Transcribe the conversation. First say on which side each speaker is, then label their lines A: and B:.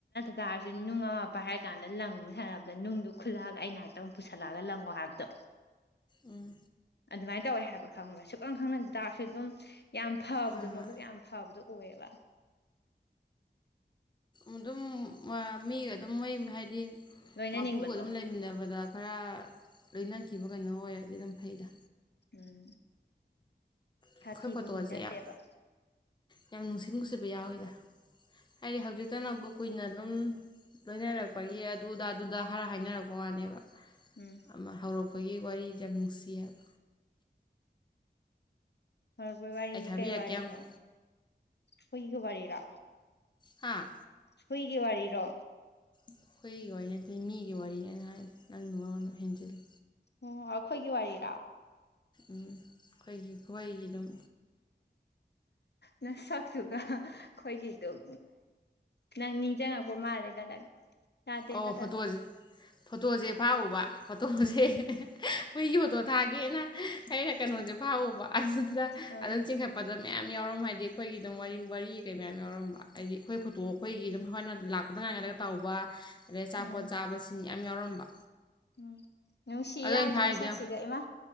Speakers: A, on the left; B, on the left.
A: ꯆꯥꯔꯁꯨ ꯅꯨꯡ ꯑꯃ ꯄꯥꯏ ꯍꯥꯏꯔ ꯀꯥꯟꯗ ꯂꯪ ꯁꯥꯟꯅꯕꯗ ꯅꯨꯡꯗ ꯈꯨꯜꯂꯛꯑꯒ ꯑꯩ ꯉꯥꯏꯍꯥꯛꯇꯪ ꯄꯨꯁꯜꯂꯛꯑꯒ ꯂꯪꯉꯣ ꯍꯥꯏꯕꯗꯣ
B: ꯎꯝ
A: ꯑꯗꯨꯃꯥꯏꯅ ꯇꯧꯋꯦ ꯍꯥꯏꯕ ꯈꯪꯕ ꯁꯨꯛꯈꯪ ꯈꯪꯅꯗ ꯇꯥꯔꯁꯨ ꯑꯗꯨꯝ ꯌꯥꯝ ꯐꯕꯗꯣ
B: ꯍꯣꯏ ꯍꯣꯏ
A: ꯃꯕꯨꯛ ꯌꯥꯝ ꯐꯕꯗꯣ ꯑꯣ ꯑꯣꯏ
B: ꯑꯗꯨꯝ ꯃꯤꯒ ꯑꯗꯨꯝ ꯃꯣꯏ ꯍꯥꯏꯗꯤ
A: ꯂꯣꯏꯅꯅꯤꯡꯕꯗꯣ
B: ꯃꯄꯨꯒ ꯑꯗꯨꯝ ꯂꯩꯃꯤꯟꯅꯕꯗ ꯈꯔ ꯂꯣꯏꯅꯈꯤꯕ ꯀꯩꯅꯣ ꯑꯣꯏꯔꯗꯤ ꯑꯗꯨꯝ ꯐꯩꯗ
A: ꯎꯝ ꯁꯥꯊꯤꯕ
B: ꯑꯩꯈꯣꯏ ꯐꯣꯇꯣꯁꯦ
A: ꯍꯨꯏ ꯅꯠꯇꯦꯕ
B: ꯌꯥꯝ ꯌꯥꯝ ꯅꯨꯡꯁꯤ ꯅꯨꯡꯁꯤꯕ ꯌꯥꯎꯋꯤꯗ ꯍꯥꯏꯗꯤ ꯍꯧꯖꯤꯛꯇꯅ ꯑꯃꯕꯨꯛ ꯀꯨꯏꯅ ꯑꯗꯨꯝ ꯂꯣꯏꯅꯔꯛꯄꯒꯤ ꯗꯨꯗꯥ ꯗꯨꯗꯥ ꯍꯔ ꯍꯥꯏꯅꯔꯛ ꯃꯕꯅꯦꯕ
A: ꯎꯝ
B: ꯑꯃ ꯍꯧꯔꯛꯄꯒꯤ ꯋꯥꯔꯤ ꯌꯥꯝ ꯅꯨꯡꯁꯤꯌꯦꯕ
A: ꯍꯣꯏ ꯋꯥꯔꯤꯅꯤ
B: ꯑꯩ ꯊꯥꯕꯤꯔꯛꯀꯦ
A: ꯀꯩ ꯋꯥꯔꯤꯅꯣ
B: ꯑꯃꯨꯛ
A: ꯍꯨꯏꯒ ꯋꯥꯔꯤꯔꯥ
B: ꯍꯥꯥ
A: ꯍꯨꯏꯒꯤ ꯋꯥꯔꯤꯔꯣ
B: ꯑꯩꯈꯣꯏꯒꯤ ꯋꯥꯔꯤ ꯅꯠꯇꯦ ꯃꯤꯒꯤ ꯋꯥꯔꯤꯅꯦꯅ ꯍꯥꯏꯁ ꯅꯪꯒꯤ ꯃꯔꯣꯟ ꯍꯦꯟꯖꯤꯜꯂꯤ
A: ꯑꯣ ꯑꯩꯈꯣꯏꯒꯤ ꯋꯥꯔꯤꯔꯥ
B: ꯎꯝ ꯑꯩꯈꯣꯏꯒꯤ ꯑꯩꯣꯏꯒꯤ ꯑꯗꯨꯝ
A: ꯅꯪ ꯁꯛꯇꯨꯒ ꯑꯩꯈꯣꯏꯒꯤ ꯑꯗꯨꯝ ꯅꯪ ꯅꯤꯡꯁꯤꯡꯉꯛꯄ ꯃꯥꯜꯂꯦꯗ ꯅꯪ ꯌꯥꯗꯦ
B: ꯑꯣ
A: ꯇꯗꯛ
B: ꯐꯣꯇꯣꯁꯦ ꯐꯣꯇꯣꯁꯦ ꯐꯥꯛꯎꯕ ꯐꯣꯇꯣꯁꯦ ꯃꯣꯏ ꯌꯣꯇꯣ ꯊꯥꯒꯦꯅ ꯑꯩꯅ ꯀꯩꯅꯣꯁꯦ ꯐꯥ ꯎꯕ ꯑꯗꯨꯗꯨꯗ
A: ꯑꯥ
B: ꯑꯗꯨꯝ ꯆꯤꯡꯈꯠꯄꯗ ꯃꯌꯥꯝ ꯌꯥꯎꯔꯝꯕ ꯍꯥꯏꯗꯤ ꯑꯩꯈꯣꯏꯒꯤ ꯑꯗꯨꯝ ꯋꯥꯔꯤ ꯀꯩ ꯃꯌꯥꯝ ꯌꯥꯎꯔꯝꯕ ꯍꯥꯏꯗꯤ ꯑꯩꯈꯣꯏ ꯐꯣꯇꯣ ꯑꯩꯈꯣꯏꯒꯤ ꯑꯗꯨꯝ ꯍꯣꯏꯅ ꯂꯥꯛꯄꯗ ꯉꯥꯏꯅꯗꯒ ꯇꯧꯕ ꯑꯗꯩ ꯑꯆꯥꯄꯣꯠ
A: ꯎꯝ
B: ꯆꯥꯕꯁꯤꯡ ꯌꯥꯝ ꯌꯥꯎꯔꯝꯕ
A: ꯎꯝ ꯅꯨꯡꯁꯤ
B: ꯑꯗꯣ
A: ꯌꯥꯝꯅ
B: ꯑꯩꯅ ꯊꯥꯔꯤꯗꯣ
A: ꯃꯁꯛꯁꯤꯒ
B: ꯌꯦꯡꯉꯣ
A: ꯏꯃꯥ